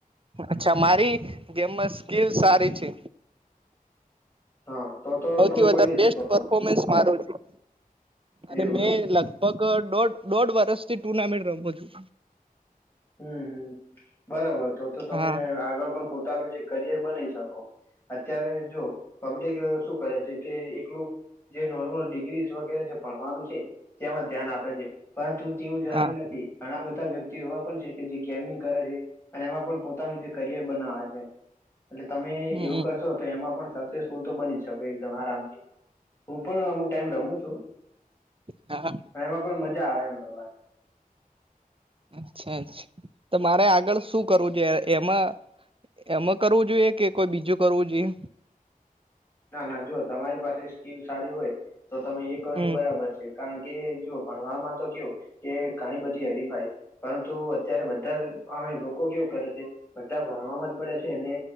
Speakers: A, on the right (about 35°); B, on the left (about 15°).
A: અચ્છા મારી ગેમમાં સ્કીલ સારી છે.
B: હા તો તો
A: સૌથી
B: તમે
A: વધારે
B: બની શકો
A: બેસ્ટ પરફોમસ મારું જ છે. અને
B: એવું
A: મેં
B: એમ
A: લગભગ લગભગ દોઢ દોઢ વર્ષ થી ટુર્નામેન્ટ રમું છું.
B: હમ હમ બરાબર તો તો તમે
A: હા
B: આગળ પણ પોતાનું જે કરિયર બનાવી શકો. અત્યારે જો પબ્લિક શું કરે છે કે એકલું જે નોર્મલ ડિગ્રીઝ વગેરે જે ભણવાનું છે તેમાં ધ્યાન આપે છે. પરંતુ તેવું જરૂરી
A: હા
B: નથી. ઘણા બધા વ્યક્તિઓ એવા પણ જે ગેમિંગ કરે છે, અને એમાં પણ પોતાનું જે કરિયર બનાવે છે. એટલે તમે
A: હમ
B: એવું કરશો તો એમાં પણ સક્સેસફુલ તો બની જ શકો એકદમ આરામથી. હું પણ અમુક ટાઈમ રમું છું
A: હા
B: એમાં પણ મજા આવે એમ રમવાની
A: અચ્છા અચ્છા તો મારે આગળ શું કરવું છે એમ. એ એમ. એ કરવું જોઈએ કે કોઈ બીજું કરવું જોઈએ
B: ના ના જો તમારી પાસે સ્કીલ સારી હોય તો તમે એ કરો
A: હમ
B: એ બરાબર છે કારણ કે જો ભણવા માં તો કેવું કે ઘણી બધી હરીફાય છે પરંતુ અત્યારે બધા જ આવે લોકો કેવું કરે છે બધા ભણવામાં જ પડે છે અને